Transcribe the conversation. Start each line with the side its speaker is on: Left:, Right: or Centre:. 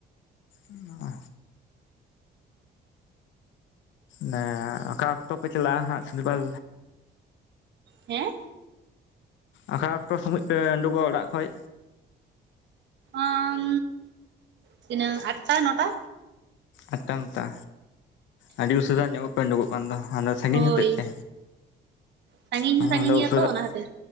Left: ᱚ ᱱᱮ ᱚᱠᱟ ᱚᱠᱛᱚ ᱯᱮ ᱪᱟᱞᱟᱜᱼᱟ ᱦᱟᱸᱜ ᱥᱚᱱᱤᱵᱟᱨᱼᱼ
Right: ᱦᱮᱸ
Left: ᱚᱠᱟ ᱚᱠᱛᱚ ᱥᱚᱢᱚᱡ ᱯᱮ ᱩᱸᱰᱩᱠᱚᱜᱼᱟ ᱚᱲᱟᱜ ᱠᱷᱚᱡᱼᱼ
Right: ᱟᱻᱢ ᱛᱤᱱᱟᱹᱜ ᱟᱴᱴᱟ ᱱᱚᱴᱟᱼᱼ
Left: ᱟᱴᱴᱟ ᱱᱚᱴᱟ ᱟᱹᱰᱤ ᱩᱥᱟᱹᱨᱟ ᱧᱚᱜᱚᱜ ᱯᱮ ᱩᱸᱰᱩᱜᱚᱜᱼᱼ ᱠᱚᱸᱫᱚ ᱦᱟᱸᱰᱮ ᱥᱟᱺᱜᱤᱧ
Right: ᱦᱳᱭ
Left: ᱦᱚᱛᱮᱡ ᱛᱮ
Right: ᱥᱟᱺᱜᱤᱧ ᱦᱚᱸ ᱥᱟᱺᱜᱤᱧ
Left: ᱚᱸᱰᱮ
Right: ᱜᱮᱭᱟ
Left: ᱩᱥᱟᱹᱨᱟᱜᱼᱼ
Right: ᱛᱚ ᱚᱱᱟ ᱠᱷᱟᱹᱛᱤᱨ